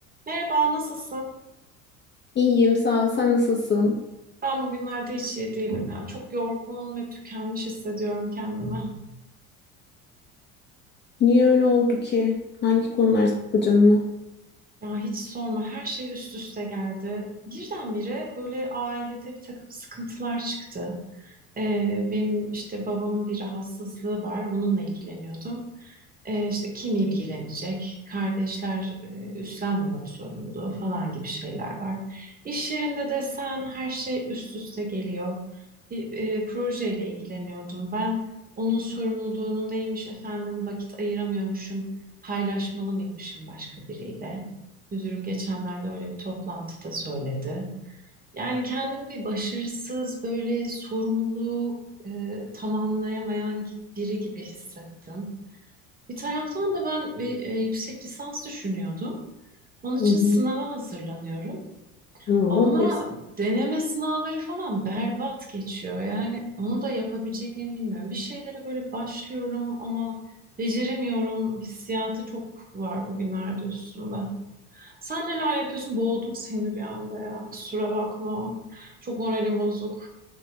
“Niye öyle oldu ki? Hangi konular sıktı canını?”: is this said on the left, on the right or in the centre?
Left